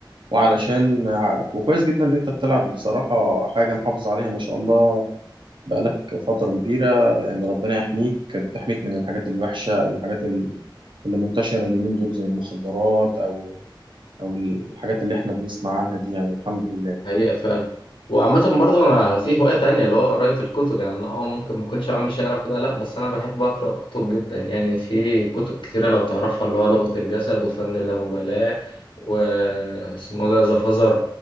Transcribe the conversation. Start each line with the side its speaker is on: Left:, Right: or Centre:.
Right: وعلشان عقلك وكويس جدا ان انت بتلعب بصراحه حاجه محافظ عليها ما شاء الله بقالك فتره كبيره يعني ربنا يحميك بتحميك من الحاجات الوحشه او الحاجات ال- اللي منتشره اليومين دول زي المخدرات او او الحاجات اللي احنا بنسمع عنها دي يعني الحمد لله
Left: حقيقة فعلا وعامة برضه أنا
Right: مم.
Left: في هواية تانية اللي هو قراية الكتب يعني أنا أه ممكن ما أكونش عامل شعر كده لأ بس أنا بحب أقرأ كتب جدا يعني في كتب كتيرة لو تعرفها اللي هو لغة الجسد وفن اللامبالاة واسمه ده ذا فازر